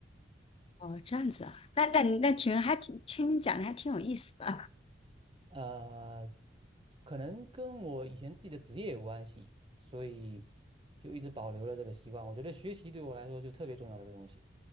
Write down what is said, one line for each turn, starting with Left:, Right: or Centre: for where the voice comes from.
Left: 哦，这样子啊，那那你那挺还挺听你讲的还挺有意思的。
Right: 呃，可能跟我以前自己的职业有关系，所以就一直保留了这个习惯。我觉得学习对我来说就特别重要的一个东西。